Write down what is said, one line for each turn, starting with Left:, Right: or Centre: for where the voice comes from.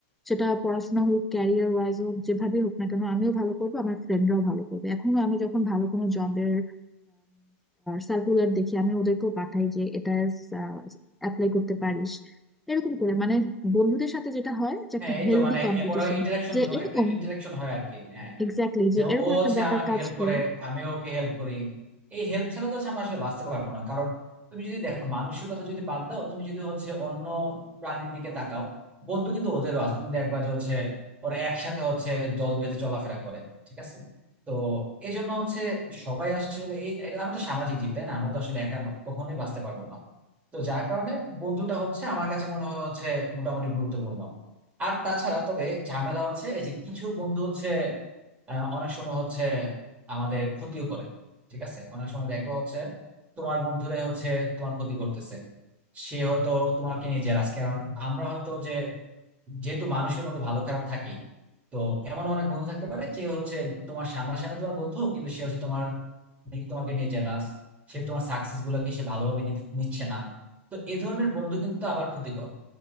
Centre: সেটা পড়াশোনা হোক ক্যারিয়ার ওয়াইজ হোক যেভাবে হোক না কেন আমিও ভালো করবো আমার ফ্রেন্ডরাও ভালো করবে এখনো আমি যখন ভালো কোনো জবের সার্কুলার দেখি আমি ওদেরকেও পাঠাই যে এটা অ্যাপ্লাই করতে পারিস এরকম করে মানে বন্ধুদের সাথে যেটা হয় যে একটা
Right: হ্যাঁ এই
Centre: হেলদি
Right: তো মানে
Centre: কম্পিটিশন
Right: ওরা ইন্টারাকশন
Centre: যে
Right: হয়,
Centre: এরকম
Right: একটা ইন্টারাকশন হয় আর কি হ্যাঁ হ্যাঁ।
Centre: এক্স্যাক্টলি যে
Right: যেমন
Centre: এরকম
Right: ও
Centre: একটা
Right: হচ্ছে
Centre: ব্যাপার
Right: আমাকে
Centre: কাজ
Right: হেল্প
Centre: করে
Right: করে আমি ওকে হেল্প করি এই হেল্প ছাড়া তো হচ্ছে আমরা আসলে বাঁচতে পারবো না কারণ তুমি যদি দেখো মানুষের কথা যদি বাদ দাও তুমি যদি হচ্ছে অন্য প্রাণীর দিকে তাকাও বন্ধু কিন্তু ওদেরও আছে তুমি দেখবা যে হচ্ছে ওরা একসাথে হচ্ছে দল বেঁধে চলাফেরা করে ঠিক আছে তো এই জন্য হচ্ছে সবাই আসলে এই এই- আমরা তো সামাজিক জীব তাই না আমরা তো আসলে একা কখনোই বাঁচতে পারবো না তো যার কারণে বন্ধুটা হচ্ছে আমার কাছে মনে হয় হচ্ছে মোটামুটি গুরুত্বপূর্ণ আর তাছাড়া তবে ঝামেলা হচ্ছে এই যে কিছু বন্ধু হচ্ছে আহ, অনেক সময় হচ্ছে আমাদের ক্ষতিও করে ঠিক আছে অনেক সময় দেখবো হচ্ছে তোমার বন্ধুরাই হচ্ছে তোমার ক্ষতি করতেছে সে হয়তো তোমাকে নিয়ে জেলাস কারণ আমরা হয়তো যে যেহেতু মানুষের মতো ভালো খারাপ থাকি তো এমন অনেক বন্ধু থাকতে পারে যে হচ্ছে তোমার সামনাসামনি তোমার বন্ধু কিন্তু সে হচ্ছে তোমার দিক তোমাকে নিয়ে জেলাস সে তোমার সাকসেস গুলোকে সে ভালোভাবে নি- নিচ্ছে না তো এই ধরনের বন্ধু কিন্তু আবার ক্ষতিকর